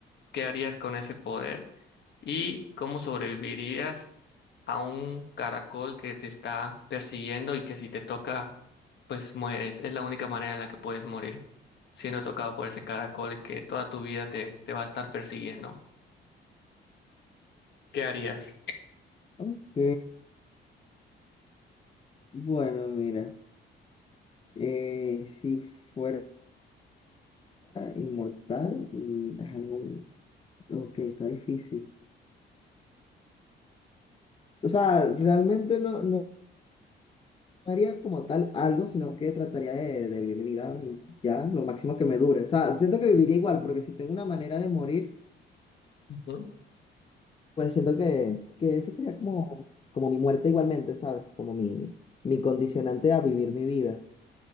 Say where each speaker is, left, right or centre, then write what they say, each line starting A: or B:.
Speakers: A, on the left; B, on the left.
A: ¿Qué harías con ese poder? ¿Y cómo sobrevivirías a un caracol que te está persiguiendo y que si te toca, pues mueres? Es la única manera en la que puedes morir, siendo tocado por ese caracol y que toda tu vida te, te va a estar persiguiendo. ¿Qué harías?
B: Ok, bueno, mira, eh, si fuera inmortal y ajá, ningún... Ok, está difícil. O sea, realmente no, no haría como tal algo, sino que trataría de, de vivir mi vida y ya, lo máximo que me dure. O sea, siento que viviría igual, porque si tengo una manera de morir...
A: Ujú,
B: Pues siento que, que ese sería como, como mi muerte igualmente, ¿sabes? Como mi, mi condicionante a vivir mi vida.